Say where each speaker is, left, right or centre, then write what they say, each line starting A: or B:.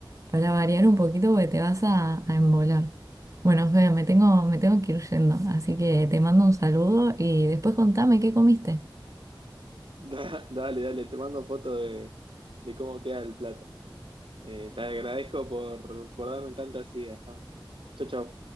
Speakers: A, on the right (about 40°); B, on the right (about 75°).
A: para variar un poquito porque te vas a, a embolar. Bueno, Fede, me tengo, me tengo que ir yendo, así que te mando un saludo y después contame qué comiste.
B: <laughs> Da- dale, dale, te mando foto de, de cómo queda el plato. Eh, te agradezco por, por darme tantas ideas. Chao, chao.